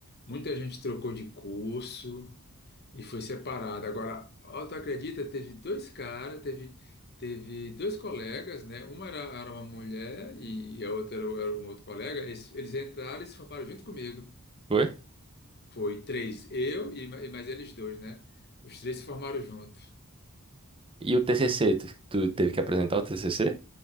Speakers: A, on the left; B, on the right.
A: muita gente trocou de curso. E foi separada. Agora, ó, tu acredita? Teve dois caras, teve, teve dois colegas, né? Uma era, era uma mulher e a outra era, era um outro colega. Eles, eles entraram e se formaram junto comigo.
B: Foi?
A: Foi três, eu e, ma- e mais eles dois, né? Os três se formaram junto.
B: E o TCC, tu, tu teve que apresentar o TCC?